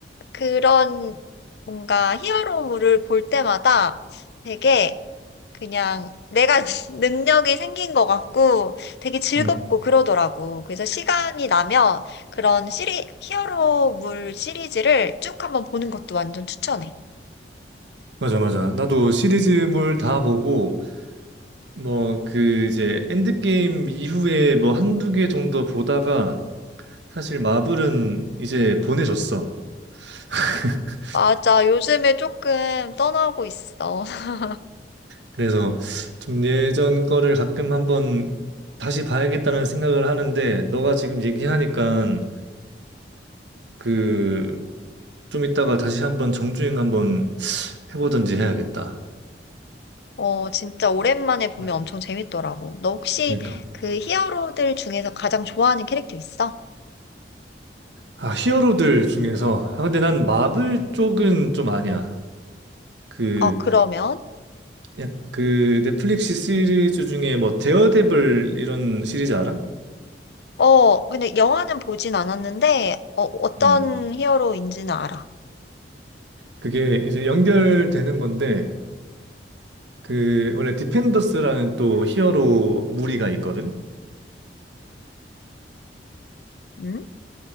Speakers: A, on the left; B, on the right.
A: 그런 뭔가 히어로물을 볼 때마다 되게 그냥 내가 <laughs> 능력이 생긴 것 같고 되게 즐겁고
B: 음,
A: 그러더라고. 그래서 시간이 나면 그런 시리, 히어로물 시리즈를 쭉 한번 보는 것도 완전 추천해.
B: 맞아, 맞아. 나도 시리즈물 다 보고, 뭐, 그, 이제, 엔드게임 이후에 뭐 한두 개 정도 보다가, 사실 마블은 이제 보내줬어. <laughs>
A: 맞아. 요즘에 조금 떠나고 있어. <laughs>
B: 그래서 좀 예전 거를 가끔 한번 다시 봐야겠다는 생각을 하는데, 너가 지금 얘기하니까, 그, 좀 이따가 다시 한번 정주행 한번 해보든지 해야겠다.
A: 어, 진짜 오랜만에 보면
B: 음,
A: 엄청 재밌더라고. 너 혹시
B: 그러니까.
A: 그 히어로들 중에서 가장 좋아하는 캐릭터 있어?
B: 아, 히어로들 중에서. 아, 근데 난 마블 쪽은 좀 아니야. 그,
A: 어, 그러면?
B: 약- 그 넷플릭스 시리즈 중에 뭐 데어데블 이런 시리즈 알아?
A: 어, 근데 영화는 보진 않았는데, 어, 어떤
B: 음.
A: 히어로인지는 알아.
B: 그게 이제 연결되는 건데, 그, 원래 디펜더스라는 또 히어로 무리가 있거든?
A: 응?